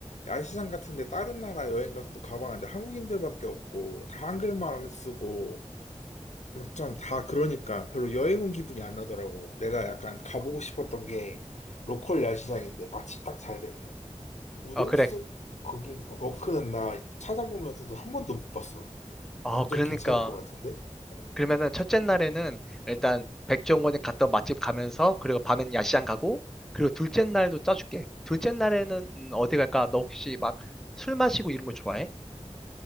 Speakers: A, on the left; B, in the centre.
A: 야시장 같은데 다른 나라 여행 가서도 가봤는데 한국인들밖에 없고 다 한글만 쓰고 좀 다 그러니까 별로 여행 온 기분이 안 나더라고. 내가 약간 가보고 싶었던 게 로컬 야시장인데 마침 딱 잘 됐네. 우동숙
B: 어, 그래.
A: 거긴 어, 워크는 나 찾아보면서도 한 번도 못 봤어.
B: 어,
A: 완전
B: 그러니까.
A: 괜찮을 것 같은데? 어.
B: 그러면은 첫째 날에는 일단 백종원이 갔던 맛집 가면서 그리고 밤엔 야시장 가고 그리고 둘째 날도 짜줄게. 둘째 날에는 음, 어디 갈까? 너 혹시 막 술 마시고 이런 거 좋아해?